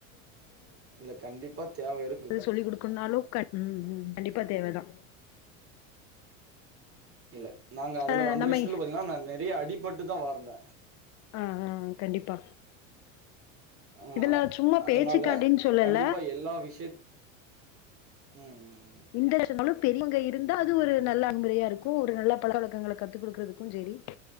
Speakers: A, on the right (about 35°); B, on the left (about 45°).
A: இல்ல கண்டிப்பா தேவ இருக்கு
B: எது சொல்லி் குடுக்கனுனாலு கன் ம் ம் கண்டிப்பா தேவதா
A: இல்ல நாங்க அதுல
B: ஆ
A: அந்த
B: நம்ம
A: விஷயத்துல பாத்தீங்கன்னா நா நெறையா அடிபட்டுதா வார்ந்த
B: ஆ ஆ ஆ கண்டிப்பா
A: அ
B: இதுல சும்மா
A: அதுனால
B: பேச்சுக்காண்டின்னு சொல்லல
A: கண்டிப்பா எல்லா விஷயத் ம்ம்
B: இன்டர் நேஷனல்னாலும் பெரியவங்க இருந்தா அது ஒரு நல்ல அன்புறையா இருக்கு ஒரு நல்ல பழ வழக்கங்கள கத்து குடுக்குறதுக்கு சேரி